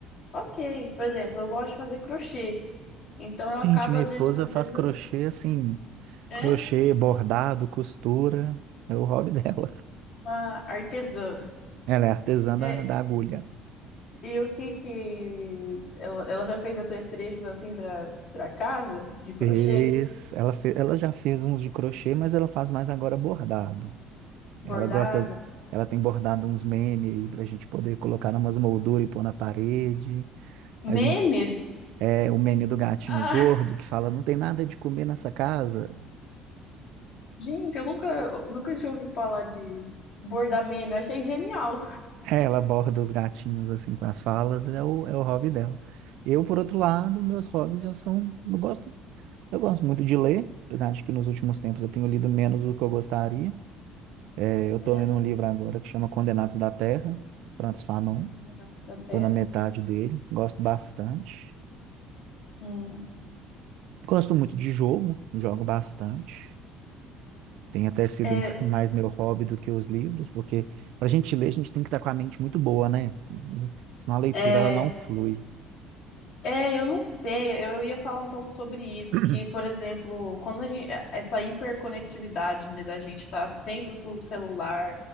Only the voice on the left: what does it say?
ok. Por exemplo, eu gosto de fazer crochê, então eu acabo
às
vezes fazendo,
é,
uma artesã.
É,
e o que que ela, ela já fez apetrechos assim para para casa de crochê,
bordado,
memes.
Ah,
Gente, eu nunca, eu nunca tinha ouvido falar de bordar meme. Eu achei genial.
né?
Governantes Da Terra.
Hum.
É,
é,
é, eu não sei, eu ia falar um pouco sobre isso,
que, por exemplo, quando a gente, essa hiperconectividade, né, da gente estar sempre com o celular,